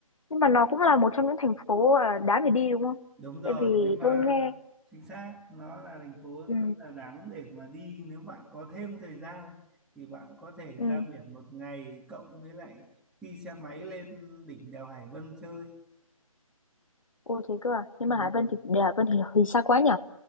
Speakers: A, on the left (about 65°); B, in the centre.
A: nhưng mà nó cũng là một trong những thành phố à, đáng để đi đúng không?
B: đúng rồi
A: Tại vì
B: nếu mà
A: tôi nghe
B: chính xác nó là thành phố
A: ừ
B: rất là đáng để mà đi nếu bạn có thêm thời gian thì bạn có thể
A: ừ
B: ra biển một ngày cộng với lại đi xe máy lên đỉnh đèo Hải Vân chơi
A: ô thế cơ à. Nhưng mà
B: Nhìn-
A: Hải Vân thì để Hải Vân thì, thì xa quá nhỉ?